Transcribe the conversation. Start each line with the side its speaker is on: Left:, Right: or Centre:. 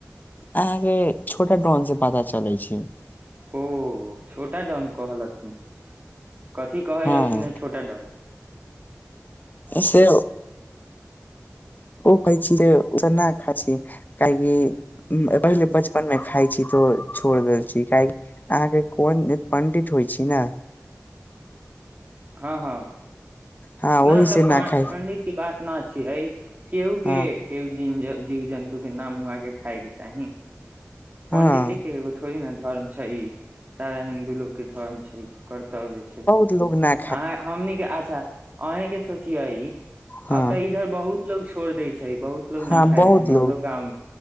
Left: आहाँके छोटा डाॅन से पता चलै छै।
Right: ओ छोटा डाॅन कहलथिन कथी कहै
Left: हँ
Right: रहलथिन छोटा डाॅन?
Left: से उ कहै छी रे केना खा छी? काहेकि पहिले बचपन मे खाय छी तो छोड़ देल छी काहे की आहाँके। कोन पण्डित होय छी नै?
Right: हां-हां
Left: हँ ओहि
Right: न तऽ
Left: से
Right: प
Left: खाइ
Right: पंडित ई बात न छियै केहू के
Left: हँ
Right: - केहु जीन ज जीव जन्तुके ना मुआके खाइके चाही,
Left: हँ
Right: पंडिते के एगो थो वही नै धर्म छै ई सारा हिन्दू लोग के धर्म छै, कर्तव्य छै।
Left: लोक ना
Right: अहां हमनी के अच्छा अहें के सोचियौ ई
Left: हँ
Right: अब तै ई इधर बहुत लोग छोड़ दय छै, बहुत लोग
Left: हँ
Right: न खाएल
Left: बहुत
Right: छै हमरो
Left: लोग
Right: गाँव मे।